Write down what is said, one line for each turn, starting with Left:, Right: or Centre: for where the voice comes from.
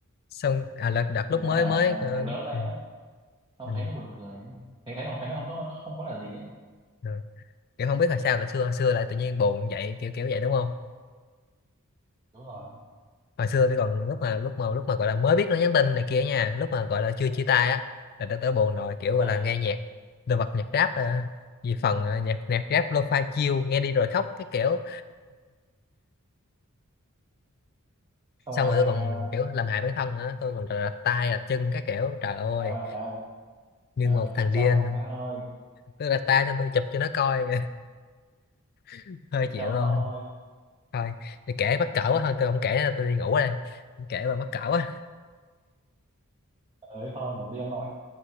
Left: xong à là đợt lúc
Right: nhưng mà
Left: mới mới ờ,
Right: à, lớn lên
Left: ừ.
Right: đó xong
Left: Ừ.
Right: thấy nó buồn cười ấy. thấy thấy thấy nó không có không có là gì ấy
Left: Rồi. kiểu không biết là sao là xưa hồi xưa lại tự nhiên buồn vậy kiểu kiểu vậy đúng không
Right: đúng rồi
Left: hồi xưa tôi còn lúc mà lúc mà lúc mà gọi là mới biết nó nhắn tin này kia nha lúc mà gọi là chưa chia tay á là tôi tới buồn rồi kiểu gọi
Right: ừ
Left: là nghe nhạc đồ vật nhạc rap à, vì phần à, nhạc nhạc rap lo-fi chill nghe đi rồi khóc cái kiểu
Right: xong
Left: xong
Right: rồi
Left: rồi
Right: à,
Left: tôi còn kiểu làm hại bản thân nữa tôi còn rạch tay rạch chân cái kiểu trời ơi
Right: trời ơi trời ơi,
Left: như
Right: trời
Left: một
Right: ơi
Left: thằng
Right: chị Châu
Left: điên
Right: má ơi
Left: Tức là ta cho tôi chụp cho nó coi <laughs> hơi
Right: chị
Left: chịu
Right: Châu
Left: luôn
Right: của ông ơi
Left: thôi thì kể mắc
Right: trời
Left: cỡ quá
Right: ơi
Left: thôi tôi không kể nữa, tôi đi ngủ đây Không kể mà mắc cỡ quá
Right: ơi thôi ngủ đi ông nội